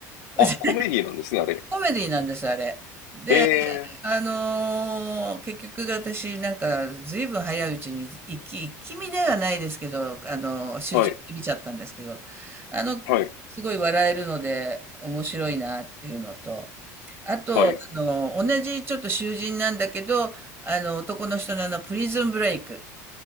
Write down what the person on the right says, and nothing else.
<laughs>
コメディなんです、あれ。で、
あのー結局私なんか随分早いうちに一気、一気見ではないですけど、あのー集中して見ちゃったんですけど、
あの、
すごい笑えるので面白いなっていうのと、あと、
あのー同じちょっと囚人なんだけど、あの、男の人のあの、プリズンブレイク。